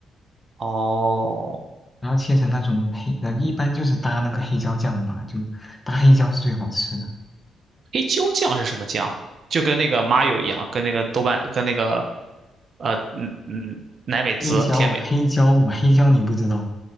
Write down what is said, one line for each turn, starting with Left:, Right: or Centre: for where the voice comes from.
Right: 哦，
Left: 然后切成那种黑，呃，一般就是搭那个黑椒酱吧，就搭黑椒是最好吃的。
Right: 黑椒酱是什么酱？就跟那个麻油一样，跟那个豆瓣，跟那个呃嗯嗯奶美滋、
Left: 黑椒，
Right: 甜美，
Left: 黑椒，我黑椒你不知道